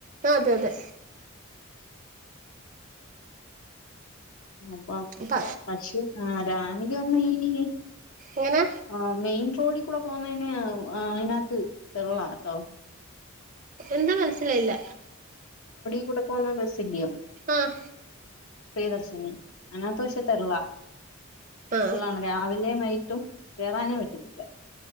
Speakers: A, on the right; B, on the left.
A: അതെ അതെ
B: അപ്പൊ
A: പ
B: പശു ആ റാണി <unintelligible>
A: എങ്ങനെ
B: ആഹ മെയിൻറോഡി കൂടെ പോന്നേന് അയിനത്ത് തെരള ട്ടോ
A: എന്താ മനസിലായില്ല
B: കൂടെത്തു വന്നാ ബസ് ഇല്ലിയൊ
A: ആഹ
B: പ്രിയദർശിനി അതിനത്തു പക്ഷെ തെള്ളാ
A: ആ
B: തെള്ളാണ് രാവിലെ വൈ - ട്ടും കേയറാനേ പറ്റത്തില്ല